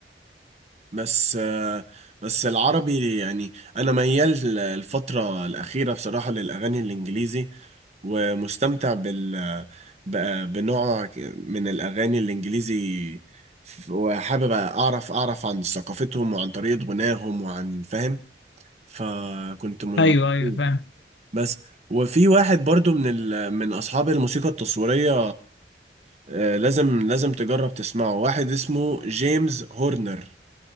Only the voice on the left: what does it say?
ايوه ايوه
فاهم